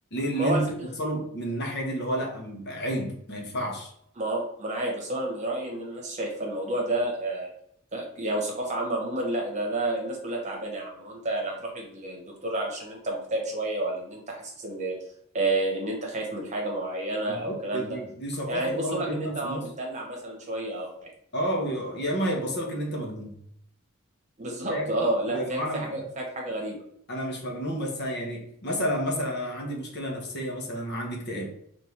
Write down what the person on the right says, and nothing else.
ما هو
الفكرة
ما هو ما انا عارف بس هو انا من رايي ان الناس شايفه الموضوع ده آه، ك- يعني ثقافه عامه عموما لا ده ده الناس كلها تعبانه يا عم هو انت يعني هتروح للدكتور علشان انت مكتئب شويه ولا ان انت حاسس ان آه، ان انت خايف من حاجه معينه
او الكلام
ده
يعني يبصوا
لك
ان انت
اه
متدلع مثلا شويه او حاجه
<laughs> بالظبط
اه لا
فيك
في حاجه فيك حاجه غريبه